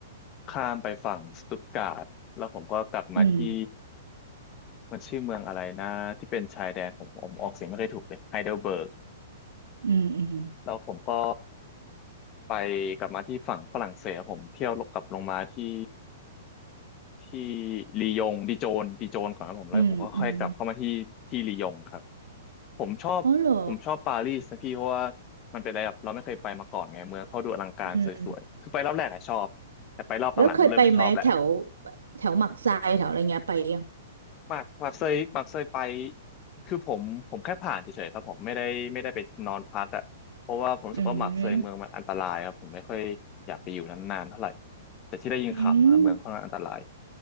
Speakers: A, on the left (about 35°); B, on the right (about 80°).
A: ข้ามไปฝั่งสตุตการ์ดแล้วผมก็กลับมาที่
B: อืม
A: มันชื่อเมืองอะไรนะที่เป็นชายแดนผมผมออกเสียงไม่ค่อยถูกเลยไฮเดลเบิร์ก
B: อืมอืม
A: แล้วผมก็ไปกลับมาที่ฝั่งฝรั่งเศสผมเที่ยวลกกลับลงมาที่ที่ลียงดิโจนดิโจนก่อนนะผมแล้วผมก็ค่อยกลับเข้ามาที่ที่ลียงครับ
B: อืมอืม
A: ผมชอบผมชอบปารีสนะพี่เพราะว่า
B: อ๋อเหรอ
A: มันเป็นอะไรแบบเราไม่เคยไปมาก่อนไงเมืองเขาดูอลังการสวยๆคือไปรอบแรกอะชอบแต่ไปรอบหลังๆเริ่มไม่ชอบแล้ว
B: อืมแล้วเคยไปไหมแถวแถวหมักทรายแถวอะไรเงี้ยไปยัง
A: หมากหมากเคยหมากเคยไปคือผมผมแค่ผ่านเฉยๆครับผมไม่ได้ไม่ได้ไปนอนพักอ่ะเพราะว่าผมรู้สึกว่าหมากเคยเมืองมันอันตรายครับผมไม่ค่อยอยากไปอยู่นานๆเท่าไหร่
B: อืม
A: แต่ที่ได้ยินข่าวมาเมืองค่อนข้างอันตราย
B: อืม